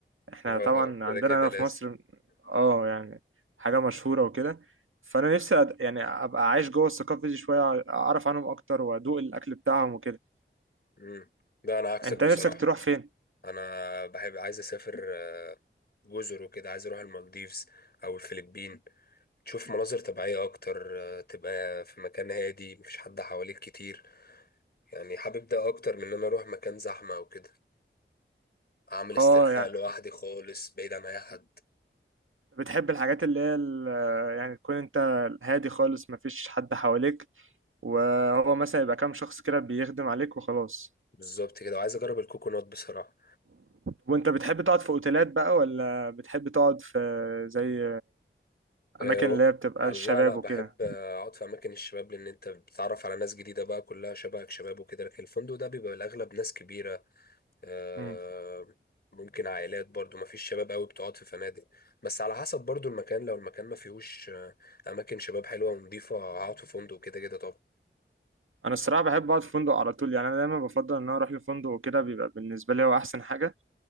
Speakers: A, on the right; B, on the left.
A: احنا
B: اه
A: طبعا
B: كده
A: عندنا
B: كده
A: هنا
B: لازم
A: في مصر اه يعني حاجه مشهوره وكده فانا نفسي أد... يعني ابقى عايش جوه الثقافه دي شويه اعرف عنهم اكتر وادوق الاكل بتاعهم وكده
B: امم ده انا عكسك
A: انت
B: بصراحه
A: نفسك تروح فين
B: انا بحب عايز اسافر آه، جزر وكده عايز اروح المالديفز او الفلبين تشوف مناظر طبيعيه اكتر آه، تبقى في مكان هادي مفيش حد حواليك كتير يعني حابب ده اكتر من ان انا اروح مكان زحمه او كده اعمل استرخاء
A: اه يعني
B: لوحدي خالص بعيد عن اي حد
A: بتحب الحاجات اللي هي ال- آه، يعني تكون انت هادي خالص مفيش حد حواليك وهو مثلا يبقى كام شخص كده بيخدم عليك وخلاص
B: بالظبط كده وعايز اجرب الكوكونات بصراحه
A: وانت بتحب تقعد في اوتيلات بقى ولا بتحب تقعد في زي
B: آه،
A: اماكن
B: و-
A: اللي هي بتبقى
B: آه،
A: الشباب
B: لا لا بحب
A: وكده
B: آه، اقعد في اماكن الشباب لان انت بتتعرف على ناس جديده بقى كلها شبهك شباب وكده لكن الفندق ده بيبقى الاغلب ناس كبيره آه،
A: مم.
B: ممكن عائلات برضو ما فيش شباب قوي بتقعد في فنادق بس على حسب برضو المكان لو المكان ما فيهوش آه، اماكن شباب حلوه ونضيفه هقعد في فندق كده كده طبعا
A: انا الصراحه بحب اقعد في فندق على طول يعني انا دايما بفضل ان انا اروح لفندق وكده بيبقى بالنسبه لي هو احسن حاجه